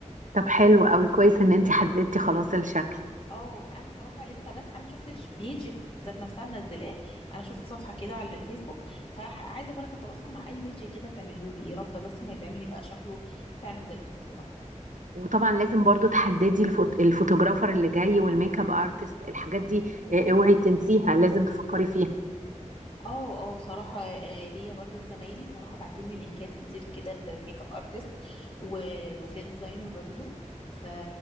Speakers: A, on the right; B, on the left.
A: طب حلو قوي كويس ان انتي حددتي خلاص الشكل
B: اه فانا صراحه لسه بس انا ما شفتش بيج ذات نفسها منزلاه انا شفت صفحه كده على الفيسبوك فعايزه بركه اتواصل مع اي بيج كده تعمله لي يا رب بس ما يتعمل يبقى شكله فعلا زي اللي في الصوره
A: وطبعا لازم برضو تحددي الفوت... الفوتوغرافر اللي جاي والميك اب ارتست الحاجات دي اه، اوعي تنسيها لازم تفكري فيها
B: اه اه صراحة آه، ليا برضك زمايلي صراحة بعتني لينكات كتير كده لل- للميك اب ارتست و- وفي ديزاينر برضو ف...